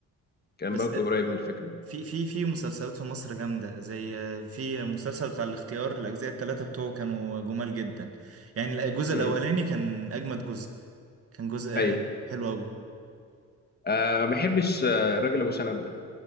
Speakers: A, on the left; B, on the right.
A: كان
B: بس
A: برضه قريب من الفكرة يعني
B: في في في مسلسلات في مصر جامدة زي في مسلسل بتاع الاختيار الأجزاء التلاتة بتوعه كانوا جمال جدا يعني الجزء
A: امم
B: الأولاني كان أجمد جزء كان جزء آه،
A: ايوه
B: حلو أوي
A: آه ما بحبش آه، الراجل ابو شنب ده